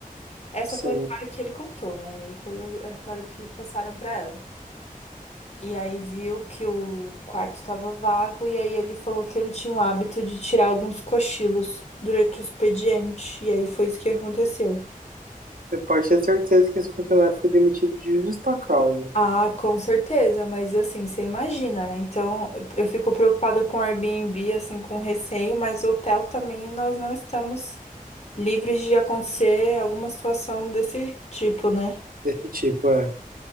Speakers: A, on the left (about 50°); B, on the right (about 75°).
A: Essa
B: sim.
A: foi a história que ele contou, né? E aí foi a história que passaram para ela. E aí viu que o quarto estava vago, e aí ele falou que ele tinha o hábito de tirar alguns cochilos durante o expediente. E aí foi isso que aconteceu.
B: Você pode ter certeza que esse funcionário foi demitido de justa causa.
A: Ah, com certeza, mas assim, você imagina, né? Então, eu eu fico preocupada com o Airbnb, assim, com receio, mas hotel também nós não estamos livres de acontecer alguma situação desse tipo, né?
B: Desse tipo, é.